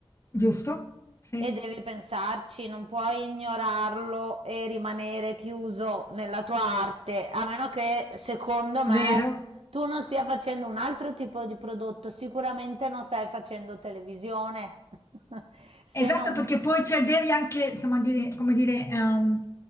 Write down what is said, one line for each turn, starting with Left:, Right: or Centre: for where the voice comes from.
Left: giusto, sì,
Right: E devi pensarci, non puoi ignorarlo e rimanere chiuso nella tua arte, a meno che, secondo me,
Left: vero.
Right: tu non stia facendo un altro tipo di prodotto, sicuramente non stai facendo televisione. <laughs> Se
Left: Esatto,
Right: non
Left: perché poi cioè, devi anche, insomma, dire, come dire, ehm,